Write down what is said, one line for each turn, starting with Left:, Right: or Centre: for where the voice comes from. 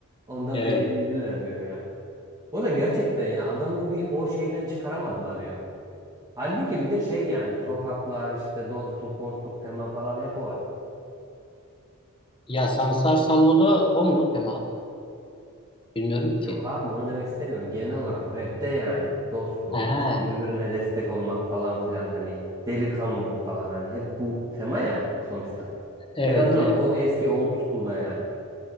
Right: onda
Left: Evet.
Right: da yenildiler diyor yani. o da gerçekten ya adamı bir o şeyden çıkaramadılar ya. Halbuki bir de şey yani sokaklar işte dostluk, dostluk tema falan hep o.
Left: Ya Sansar Salvo da o mu tema? Bilmiyorum
Right: Yok
Left: ki.
Right: abi onu demek istemiyorum. Genel olarak rapte yani dostluk,
Left: Ha,
Right: işte birbirine destek olmak falan filan hani delikanlılık falan hani hep bu tema ya sonuçta.
Left: evet,
Right: En azından
Left: evet.
Right: o eski old school'da yani.